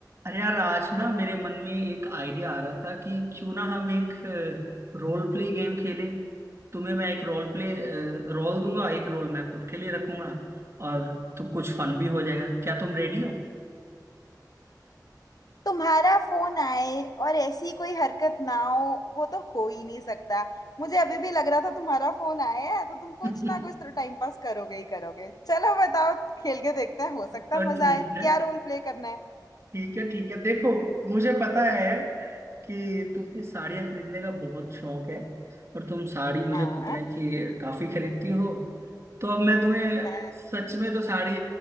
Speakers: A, on the right; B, on the left.
A: अरे यार आज ना मेरे मन में एक आइडिया आ रहा था कि क्यों ना हम एक रोल प्ले गेम खेलें तुम्हें मैं एक रोल प्ले रोल दूंगा एक रोल मैं खुद के लिए रखूंगा और तो कुछ फन भी हो जाएगा क्या तुम रेडी हो
B: तुम्हारा फोन आए और ऐसी कोई हरकत ना हो वो तो हो ही नहीं सकता मुझे अभी भी लग रहा था तुम्हारा फोन आया है तो तुम
A: <laughs>
B: कुछ
A: हाँ
B: ना कुछ तो टाइम पास करोगे ही करोगे चलो बताओ खेल के देखते हैं हो सकता
A: तो
B: है मजा
A: ठीक
B: आए
A: है
B: क्या रोल प्ले करना है
A: ठीक है ठीक है देखो मुझे पता है कि तुम्हें साड़ियाँ खरीदने का बहुत शौक है और तुम साड़ी मुझे
B: हाँ
A: पता है कि काफी खरीदती हो तो अब मैं तुम्हें
B: हाँ।
A: सच में तो साड़ी